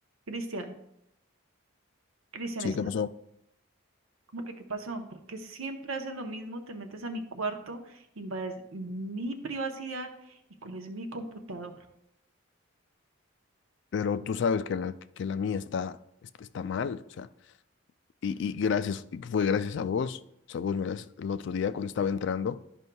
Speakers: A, on the right (about 80°); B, on the left (about 55°).
A: Cristian, Cristian
B: Sí,
A: está
B: ¿qué pasó?
A: como que qué pasó, porque siempre haces lo mismo, te metes a mi cuarto, invades mi privacidad y cuál mi computador.
B: Pero tú sabes que la, que la mía está, est- está mal, o sea, y, y gracias, y fue gracias a vos, o sea, vos me la el otro día cuando estaba entrando,